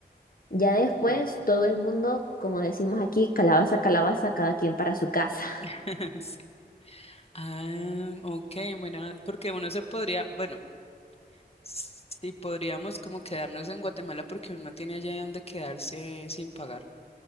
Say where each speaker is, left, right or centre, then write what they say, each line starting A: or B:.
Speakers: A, on the left; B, on the left.
A: Ya después
B: Ya.
A: todo el mundo, como decimos aquí, calabaza, calabaza, cada quien para su casa.
B: <laughs> Sí. Ah, ok, bueno, porque uno se podría, bueno, sí podríamos como quedarnos en Guatemala porque uno tiene allá donde quedarse sin pagar